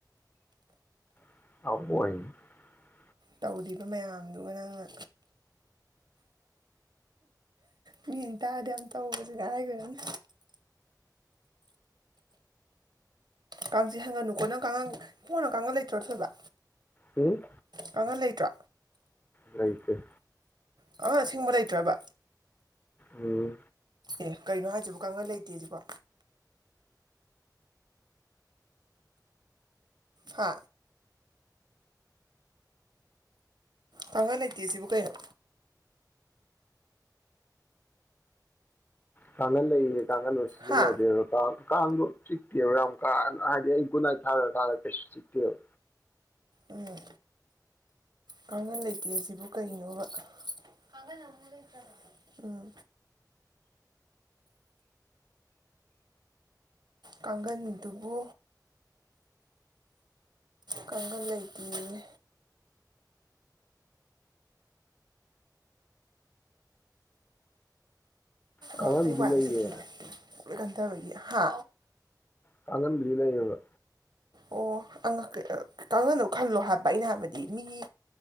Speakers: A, on the left (about 25°); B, on the right (about 80°).
A: <inaudible>
B: ꯇꯧꯔꯤꯕ ꯃꯌꯥꯝꯗꯨꯒ ꯅꯪꯅ ꯃꯤꯅ ꯇꯥꯥꯔꯗꯤ ꯌꯥꯝ ꯇꯧꯕꯁꯦ ꯉꯥꯏꯒꯔꯅꯤ ꯀꯥꯡ ꯆꯤꯛꯍꯟꯒꯅꯨꯀꯣ ꯅꯪ ꯀꯥꯡꯒꯟ ꯏꯕꯨꯡꯉꯣ ꯅꯪ ꯀꯥꯡꯒꯜ ꯂꯩꯇ꯭ꯔꯣ ꯊꯣꯏꯕ
A: ꯎꯝ
B: ꯀꯥꯡꯒꯜ ꯂꯩꯇ꯭ꯔꯣ
A: ꯂꯩꯇꯦ
B: ꯀꯥꯡꯒꯜ ꯑꯁꯦꯡꯕ ꯂꯩꯇ꯭ꯔꯕ
A: ꯎꯝ
B: ꯑꯦ ꯀꯩꯅꯣ ꯍꯥꯏꯁꯤꯕꯣ ꯀꯥꯡꯒꯜ ꯂꯩꯇꯦꯁꯤꯕꯣ ꯍ ꯀꯥꯡꯒꯜ ꯂꯩꯇꯦ ꯁꯤꯕꯨ ꯀꯩꯅꯣ
A: ꯀꯥꯡꯒꯜ ꯂꯩꯌꯦ ꯀꯥꯡꯒꯜꯗꯨ ꯁꯤꯖꯤꯟꯅꯗꯦꯕ
B: ꯍꯥ
A: ꯀꯥ ꯀꯥꯡꯗꯨ ꯆꯤꯛꯇꯦꯕ ꯌꯥꯝ ꯀꯥ ꯅ ꯍꯥꯏꯗꯤ ꯑꯩ ꯒꯨꯠꯅꯥꯏ ꯊꯥꯒ꯭ꯔ ꯀꯥꯟꯗ ꯀꯩꯁꯨ ꯆꯤꯛꯇꯦꯕ
B: ꯎꯝ ꯀꯥꯡꯒꯜ ꯂꯩꯇꯦ ꯁꯤꯕꯨ ꯀꯩꯅꯣꯕ ꯀꯥꯡꯒꯜ ꯑꯃꯨꯛ ꯂꯩꯇꯕꯥ ꯎꯝ ꯀꯥꯡꯒꯟꯗꯨꯕꯨ ꯀꯥꯡꯒꯜ ꯂꯩꯇꯦꯌꯦ
A: ꯀꯥꯡꯈꯟꯕꯨꯗꯤ
B: ꯑꯥ ꯑꯩ ꯋꯥꯏ
A: ꯂꯩꯌꯦ
B: ꯑꯝ ꯁꯤꯠꯈꯤꯒꯦ ꯂꯣꯏ ꯀꯟꯊꯕꯒꯤ ꯍꯥ
A: ꯀꯥꯉꯟꯕꯨꯗꯤ ꯂꯩꯌꯦꯕ
B: ꯑꯣ ꯑꯉ ꯀꯦ ꯑ ꯀꯥꯡꯒꯜꯗꯣ ꯈꯜꯂꯣ ꯍꯥꯏꯕ ꯑꯩꯅ ꯍꯥꯏꯕꯗꯤ ꯃꯤꯒꯤ